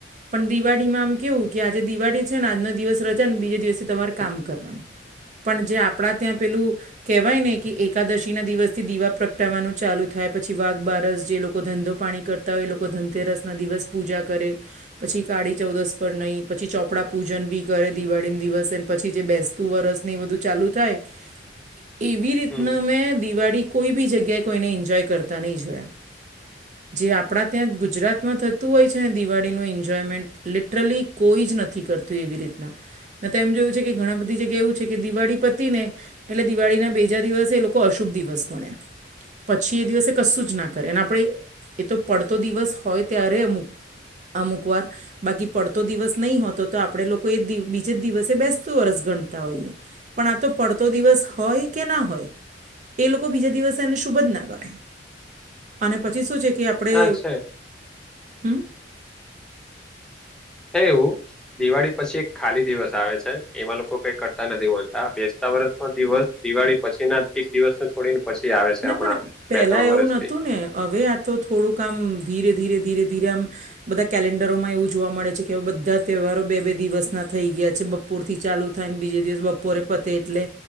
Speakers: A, on the right; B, in the centre.
A: પણ દિવાળીમાં આમ કેવું કે આજે દિવાળી છે ને આજનો દિવસ રજા ને બીજે દિવસથી તમારે કામ કરવાનુ પણ જે આપણા ત્યાં પેલુ કહેવાય ને કે એકાદશી ના દિવસથી દીવા પ્રગટાવાનું ચાલુ થાય. પછી વાઘ બારસ જે લોકો ધંધો પાણી કરતા હોય એ લોકો ધનતેરસના દિવસ પૂજા કરે પછી કાળી ચૌદસ પર નહીં પછી ચોપડા પૂજન બી કરે દિવાળીને દિવસ એ પછી જે બેસતું વરસ ને એ બધું ચાલુ થાય. એવી રીતના
B: હમ
A: મેં દિવાળી કોઈ બી જગ્યાએ કોઈને એન્જોય કરતા નહીં જોયા. જે આપણા ત્યાં ગુજરાતમાં થતું હોય છે દિવાળીનું એન્જોયમેન્ટ લિટરલી કોઈ જ નથી કરતું એવી રીતના મેં તો એમ જોયું છે કે ઘણા બધી જગ્યા એવું છે કે દિવાળી પતી ને એટલે દિવાળી ના બીજા દિવસે એ લોકો અશુભ દિવસ ગણે પછી એ દિવસે કશું જ ના કરે અને આપણે એ તો પડતો દિવસ હોય ત્યારે અમુક અમુકવાર બાકી પડતો દિવસ નહી હોતો તો આપણેે લોકો એ બીજે જ દિવસે બેસતું વર્ષ ગણતા હોઈએ. પણ આ તો પડતો દિવસ હોય કે ના હોય એ લોકો બીજા દિવસે એને શુભ જ ના ગણે. અને પછી શું છે કે આપણે
B: ના છે
A: હમ.
B: હે એવું દિવાળી પછી એક ખાલી દિવસ આવે છે એમાં લોકો કઈ કરતા નથી હોતા બે સતા વર્ષનો દિવસ દિવાળી પછીના દિવસ છોડીને પછી આવે છે
A: ના
B: હમણાં
A: પણ પહેલા
B: બે ત્રણ વર્ષથી
A: એવું નહોતું ને હવે આ તો થોડુંક આમ ધીરે ધીરે ધીરે ધીરે આમ બધા કેલેન્ડરોમાં એવું જોવા મળે છે કે હવે બધા તહેવારો બે બે દિવસના થઈ ગયા છે. બપૂરથી ચાલુ થાય ને બીજે દિવસ બપોરે પતે એટલે